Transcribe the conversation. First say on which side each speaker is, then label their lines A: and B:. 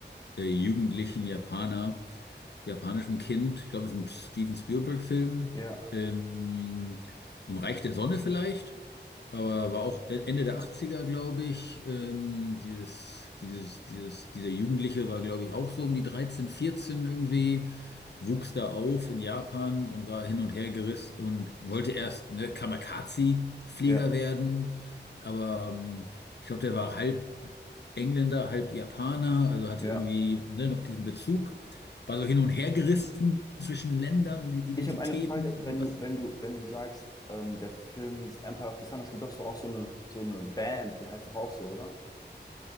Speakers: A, on the left; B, on the left.
A: äh, jugendlichen Japaner. japanischem Kind, ich glaube, es ist ein Steven Spielberg-Film,
B: ja,
A: ähm, im Reich der Sonne vielleicht, aber war auch E-, Ende der 80er, glaube ich. Ähm, dieses, dieses, dieses, dieser Jugendliche war, glaube ich, auch so um die 13, 14 irgendwie, wuchs da auf in Japan und war hin und her gerissen und wollte erst ne, Kamikaze-Flieger
B: ja,
A: werden, aber ähm, ich glaube, der war halb. Engländer, halb Japaner, also hatte
B: ja.
A: irgendwie ne, noch diesen Bezug, war so hin und her gerissen zwischen Ländern und Identitäten
B: Ich habe eine Frage, wenn
A: und
B: du,
A: was.
B: wenn du, wenn du sagst, ähm, der Film hieß Empire of the Sun, es gibt doch so auch so eine, so eine Band, die heißt doch auch so, oder?